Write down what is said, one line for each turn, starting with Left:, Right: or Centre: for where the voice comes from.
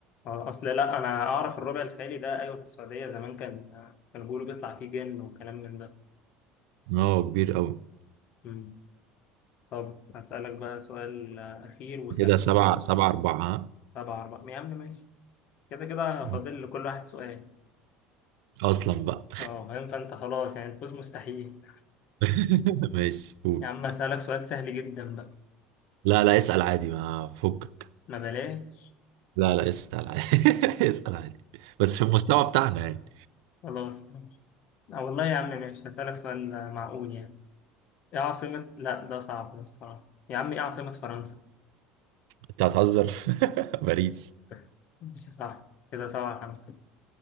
Left: آه، اصل لا انا اعرف الربع الخالي ده ايوه في السعوديه زمان كان كانوا بيقولوا بيطلع فيه جن وكلام من ده
Right: إن هو كبير قوي
Left: مم. طب هسألك بقى سؤال آه، اخير وسهل
Right: كده سبعة سبعة أربعة ها
Left: سبعة أربعة يا عم ماشي كده كده فاضل
Right: مم.
Left: لكل واحد سؤال
Right: أصلا بقى
Left: اه فاهم فانت خلاص يعني الفوز مستحيل
Right: <laughs> ماشي قول
Left: يا عم هسألك سؤال سهل جدا بقى
Right: لا لا اسأل عادي ما فكك
Left: ما بلاش
Right: لا لا اسأل عادي <laughs> اسأل عادي بس في المستوى بتاعنا يعني
Left: خلاص ماشي. آه، والله يا عم ماشي هسألك سؤال آه، معقول يعني ايه عاصمة لا ده صعب ده الصراحة يا عم ايه عاصمة فرنسا
Right: انت هتهزر <laughs> باريس
Left: <laughs> ماشي صح كده سبعة خمسة